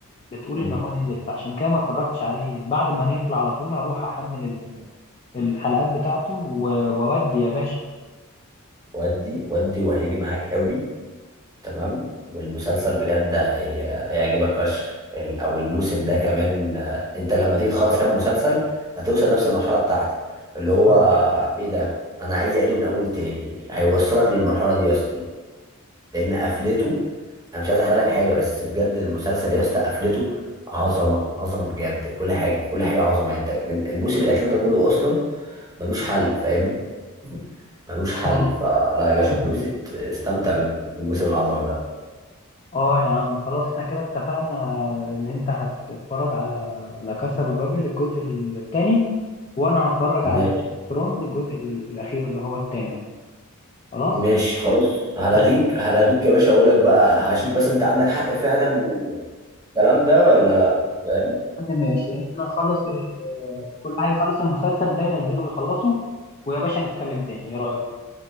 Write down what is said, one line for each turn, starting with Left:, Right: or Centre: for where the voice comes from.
Left: بتقول
Right: مم.
Left: ان هو نزل فعشان كده ما اتفرجتش عليه بعد ما نقفل على طول هروح احمل ال- الحلقات بتاعته و- واودي يا باشا
Right: ودي ودي وهيجي معاك قوي تمام والمسلسل بجد هي... هيعجبك فشخ ال- او الموسم ده كمان آه، انت لما تيجي تخلص كام مسلسل هتوصل نفس المرحله بتاعتي اللي هو
Left: اه
Right: ايه ده انا عايز اعيده من اول تاني هيوصلك للمرحله دي يا اسطى لان قفلته انا مش عايز احرق لك حاجه بس بجد المسلسل يا اسطى قفلته عظمه عظمه بجد في كل حاجه في كل حاجه عظمه انت من الموسم الاخير ده كله اصلا ملوش حل فاهمني ملوش حل
Left: اه
Right: فلا يا باشا
Left: ايوه
Right: اتبسط استمتع بال- بالموسم العظمه ده
Left: اه يا عم خلاص احنا كده اتفقنا ان انت هتتفرج على لا كاسا دو بابل الجزء الثاني وانا هتفرج على
Right: ماشي
Left: جيم اوف ثرونز الجزء ال- الاخير اللي هو الثامن خلاص
Right: ماشي خلاص هلغيك
Left: يا
Right: هلغيك يا باشا اقول لك بقى هشوف بس انت عندك حق فعلا والكلام ده ولا لا فاهم
Left: عم ماشي احنا نخلص ال... كل حاجه يخلص المسلسل ده ينزله ويخلصه ويا باشا نتكلم تاني ايه رايك